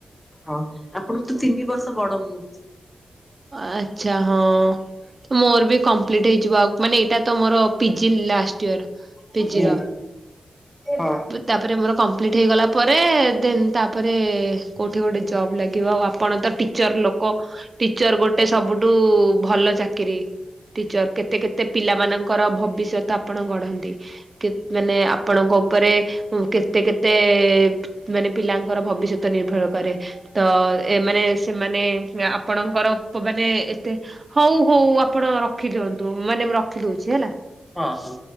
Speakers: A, on the left; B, on the right.
A: ହଁ ଆପଣ ତୁ ତିନି ବର୍ଷ ବଡ ମୁଁ।
B: ଆଚଛା ହଁ ତ ମୋର ବି କମ୍ପ୍ଲିଟ ହେଇଯିବ ଆଉ ମାନେ ଏଇଟା ତ ମୋର ପିଜି ଲାଷ୍ଟ ଇୟର
A: ହୁଁ
B: ପିଜିର
A: ହଁ।
B: ତାପରେର ମୋର କପ୍ଲିଟ୍ ହେଇଗଲା ପରେ ଦେନ୍ ତାପରେ କେଉଁଠି ଗୋଟେ ଜବ୍ ଲାଗିବ। ଆପଣ ତ ଟିଚର ଲୋକ ଟିଚର ଗୋଟେ ସବୁଠୁ ଭଲ ଚାକିରିୀ। ଟିଚର କେତେ କେତେ ପିଲା ମାନଙ୍କର ଭବିଷ୍ୟତ ଆପଣ ଗଢନ୍ତି। ମାନେ ଆପଣଙ୍କ ଉପରେ କେତେ କେତେ ମାନେ ପିଲାଙ୍କର ଭବିଷ୍ୟତ ନିର୍ଭର କରେ ତ ମାନେ ସେମାନେ ଆପଣଙ୍କର ମାନେ ଏତେ ହଉ ହଉ ଆପଣ ରଖିଦିଅନ୍ତୁ ମାନେ ମୁ ରଖିଦଉଛି ହେଲା।
A: ହଁ ହଁ।